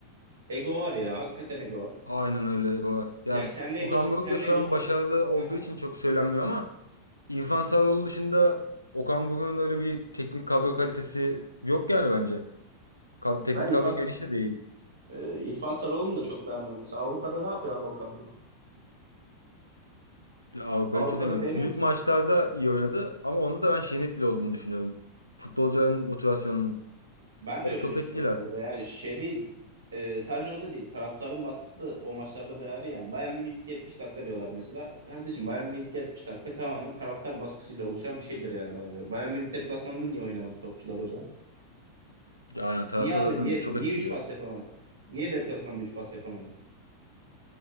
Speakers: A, on the right; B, on the left.
A: ego var ya hakikaten ego var.
B: aynen öyle. Goa. Ya
A: Ya kendi
B: Okan
A: egosu,
B: Buruk
A: kendi
B: da şu
A: egosuna
B: an başarılı olduğu
A: Hı hı.
B: için çok söylenmiyor ama İrfan Sarıoğlu dışında Okan Buruk'un öyle bir teknik kadro kalitesi yok yani bence. Kad teknik
A: Ben İrfan,
B: kadro geniş de değil.
A: e, İrfan Sarıoğlu'nu da çok beğenmiyorum. Mesela Avrupa'da ne yapıyor abi Okan Buruk?
B: Avrupa'yı
A: Avrupa'da
B: çözemiyor.
A: beğeniyor
B: Büyük
A: musun?
B: maçlarda iyi oynadı ama onda da ben şeyin etkili olduğunu düşünüyorum. Futbolcuların motivasyonunun.
A: Ben
B: O
A: de öyle
B: çok
A: düşünüyorum
B: etkiler.
A: orada ya. Şey değil. e, sadece o da değil. Taraftarın baskısı da o maçlarda bir ayrı yani. Bayern Münih ilk 70 dakika diyorlar mesela. Kardeşim Bayern Münih ilk 70 dakika tamamen taraftar baskısıyla oluşan bir şeydir yani bana göre. Bayern Münih deplasmanında niye oynamadı topçular o zaman?
B: Ya Aynen taraftar
A: Niye abi?
B: zaten
A: Niye
B: çok
A: niye
B: etkiliyor.
A: 3 pas yapamadı? Niye deplasmanda 3 pas yapamadı?